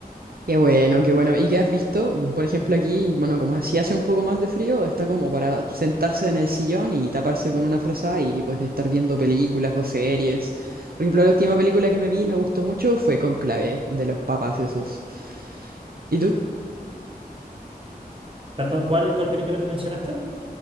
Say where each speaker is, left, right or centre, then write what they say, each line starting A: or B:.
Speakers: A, on the right; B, on the right.
A: Qué bueno, qué bueno. ¿Y qué has visto? Por ejemplo, aquí, bueno, como así hace un poco más de frío, está como para sentarse en el sillón y taparse con una frazada y pues estar viendo películas o series. Por ejemplo, la última película que me vi y me gustó mucho fue Conclave, de los papas esos. ¿Y tú?
B: Perdón, ¿cuál, cuál película me mencionaste?